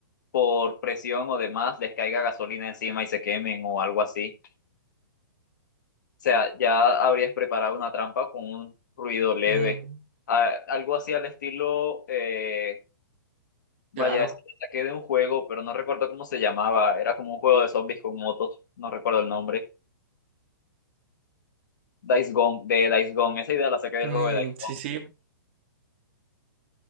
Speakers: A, on the left; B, on the right.
A: por presión o demás, les caiga gasolina encima y se quemen o algo así. O sea, ya habrías preparado una trampa con un ruido leve.
B: Mm,
A: A- algo así al estilo, eh, vaya,
B: claro,
A: es que saqué de un juego, pero no recuerdo cómo se llamaba. Era como un juego de zombies con motos, no recuerdo el nombre Days Gone, de Days Gone. Esa idea la saqué del
B: Mm,
A: juego de Days Gone.
B: sí, sí,